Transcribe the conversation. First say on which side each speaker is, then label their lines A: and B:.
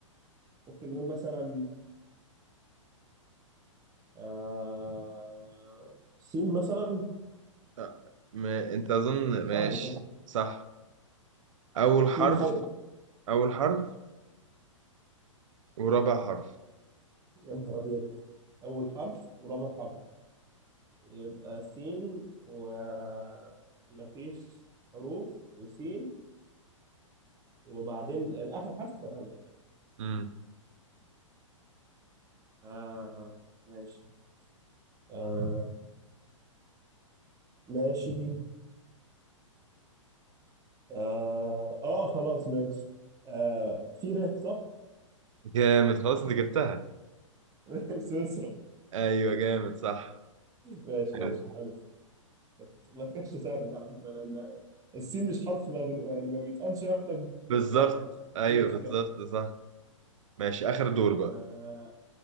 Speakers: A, on the right; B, on the right.
A: ممكن نقول مثلا آه، سين مثلا
B: أه. ما... انت اظن
A: صعب
B: ماشي
A: يكون
B: صح اول
A: سين
B: حرف
A: فين
B: اول حرف ورابع حرف
A: يا نهار ابيض اول حرف ورابع حرف يبقى سين ومفيش حروف وسين وبعدين اخر حرف كان الف
B: أمم.
A: آه ماشي آه ماشي اه, آه خلاص ماشي آه في ر صح؟
B: جامد خلاص انت جبتها
A: <laughs> سويسرا
B: ايوه جامد صح
A: ماشي
B: حلو
A: ماشي حلو كانت- ما كانتش سهله دي على فكره لان السين مش حرف ما بن... يعني ما بيتقالش واحنا
B: بالظبط
A: بنعمل بس
B: ايوه
A: ماشي
B: بالظبط
A: يلا
B: صح ماشي اخر دور بقى
A: آه